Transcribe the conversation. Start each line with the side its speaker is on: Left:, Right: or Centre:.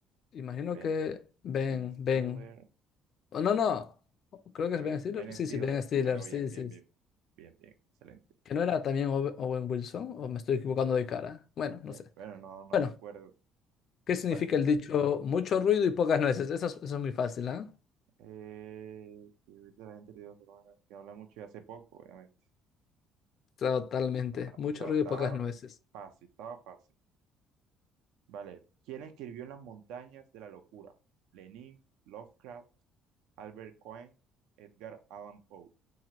Left: imagino
Right: Ben,
Left: que Ben,
Right: Ben Stiller.
Left: Ben. Oh, no, no, creo que
Right: Creo
Left: es Ben
Right: que
Left: Stiller.
Right: Ben
Left: Sí,
Right: Stiller,
Left: sí, Ben Stiller,
Right: pero
Left: sí,
Right: bien, bien,
Left: sí.
Right: bien, bien, bien, excelente.
Left: ¿Que no era también Owe- Owen Wilson? ¿O me estoy equivocando de cara? Bueno, no
Right: Eh,
Left: sé.
Right: bueno, no, no
Left: Bueno.
Right: recuerdo.
Left: ¿Qué significa
Right: Vale.
Left: el dicho mucho ruido y pocas nueces? Eso es, eso es muy fácil, ¿ah?
Right: Eh, y ahorita la gente te digo que bueno, que habla mucho y hace poco, obviamente.
Left: Totalmente.
Right: Ah,
Left: Mucho
Right: o sea,
Left: ruido
Right: estaba
Left: y pocas nueces.
Right: fácil, estaba fácil. Vale. ¿Quién escribió en las montañas de la locura? Lenin, Lovecraft, Albert Cohen, Edgar Allan Poe.